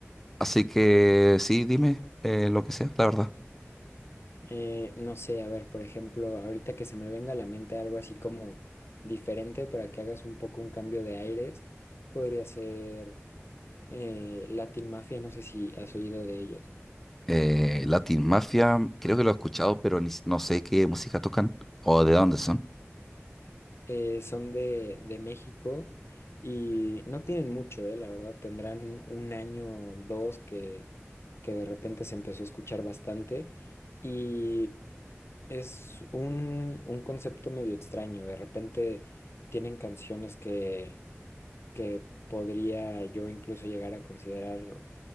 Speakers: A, in the centre; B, on the left.
A: Así que sí, dime eh, lo que sea, la verdad.
B: Eh, no sé, a ver, por ejemplo, ahorita que se me venga a la mente algo así como diferente para que hagas un poco un cambio de aires, podría ser eh, Latin Mafia, no sé si has oído de ellos.
A: Eh, Latin Mafia, creo que lo he escuchado, pero ni s- no sé qué música tocan o de dónde son.
B: Eh, son de, de México y no tienen mucho, eh, la verdad, tendrán un año, dos, que, que de repente se empezó a escuchar bastante y es un, un concepto medio extraño, de repente tienen canciones que, que podría yo incluso llegar a considerar